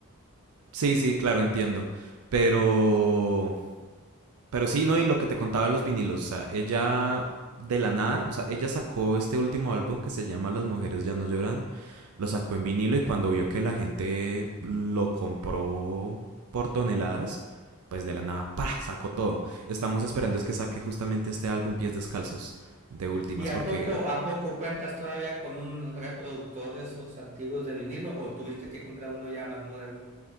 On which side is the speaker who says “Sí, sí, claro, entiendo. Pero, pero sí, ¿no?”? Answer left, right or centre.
Right